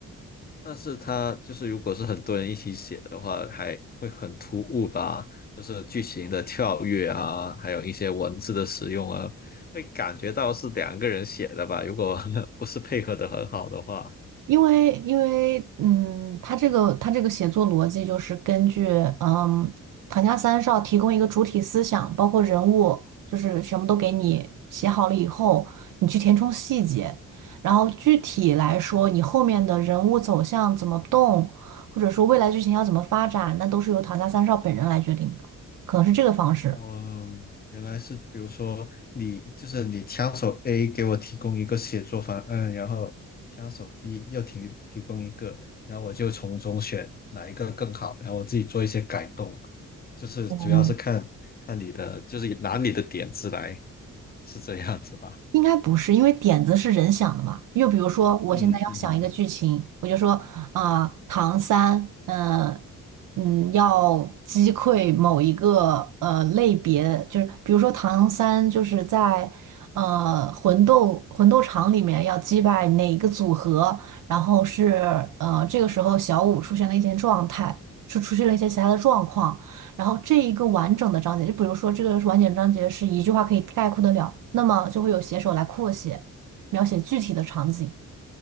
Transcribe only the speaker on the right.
因为因为嗯，他这个他这个写作逻辑就是根据嗯唐家三少提供一个主体思想，包括人物，就是全部都给你写好了以后，你去填充细节，然后具体来说，你后面的人物走向怎么动，或者说未来剧情要怎么发展，那都是由唐家三少本人来决定的，可能是这个方式。
嗯。
应该不是，因为点子是人想的嘛。又比如说，我现在要想一个剧情，
我就说啊、唐三，嗯、嗯，要击溃某一个呃类别，就是比如说唐三就是在呃魂斗魂斗场里面要击败哪个组合，然后是呃这个时候小舞出现了一些状态，出出现了一些其他的状况。然后这一个完整的章节，就比如说这个是完整章节是一句话可以概括得了，那么就会有写手来扩写，描写具体的场景。